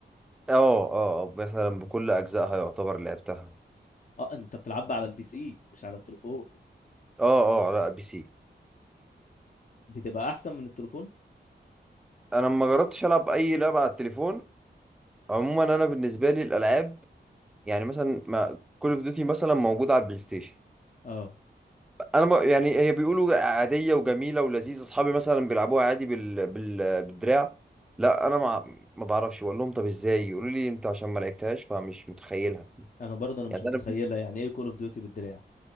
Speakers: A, in the centre; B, on the left.
A: اه اه آه، مثلا بكل اجزائها يعتبر لعبتها
B: اه انت بتلعب على البي سي مش على التليفون
A: اه اه لا بي سي
B: بتبقى احسن من التليفون
A: انا ما جربتش العب اي لعبه على التليفون عموما انا بالنسبه لي الالعاب يعني مثلا ما كول اوف ديوتي مثلا موجودة على البلاي ستيشن
B: اه
A: انا ما يعني هي بيقولوا عادية وجميلة ولذيذة اصحابي مثلا بيلعبوها عادي بال... بال... بالدراع لا انا ما ما بعرفش بقول لهم طب ازاي يقولوا لي انت عشان ما لعبتهاش فمش متخيلها
B: انا برضه انا مش
A: يعني
B: متخيله
A: انا
B: يعني ايه كول اوف ديوتي بالدراع